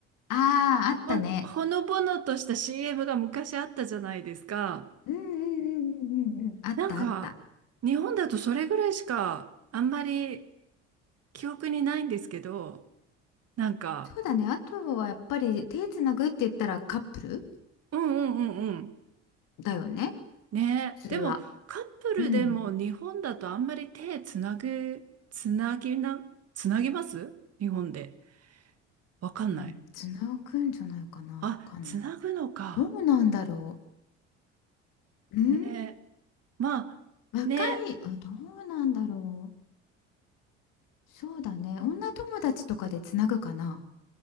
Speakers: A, on the left; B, on the right.
A: ああ、あったね。
B: ほん、ほのぼのとした CM が昔あったじゃないですか。
A: うんうんうんうんうんうん。あったあった。
B: なんか、日本だとそれぐらいしか、あんまり記憶にないんですけど、なんか、
A: そうだね。あとはやっぱり手つなぐって言ったらカップル
B: うんうんうんうん。
A: だよね
B: ねえ。
A: 普通は。
B: でも、カップルでも日本だとあんまり手つなぐ、
A: うん。
B: つなぎな、つなぎます日本で。わかんない。
A: うん、つなぐんじゃないかな。わかんない。
B: あ、つなぐのか。
A: どうなんだろう。うん、
B: ね。まあ、
A: 若い、
B: ね。
A: あ、どうなんだろう。そうだね。女友達とかでつなぐかな。